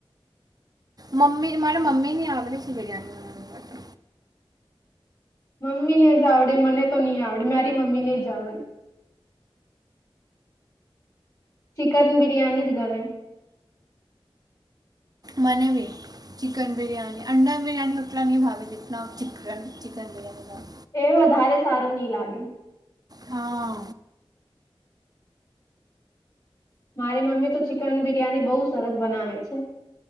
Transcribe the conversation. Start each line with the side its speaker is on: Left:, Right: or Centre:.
Right: મમ્મી મારે મમી ની આવરેજ બિરિયાનીનાની માટે
Left: મમ્મી ને જ આવડે મને તો નહી આવડે મારી મમ્મીને જ આવડે. ચિકન બિરિયાની જ ગમે.
Right: મને ભી ચિકન બિરિયાની અંડા બિરની ઉતના ન ભાવે જિત ચિકન ચિકન બિરિયાની ભાવ
Left: એ વધારે સારું નઈ લાગે.
Right: હા.
Left: મારી મમ્મી તો ચિકન બિરિયાની બહુ સરસ બનાવે છે.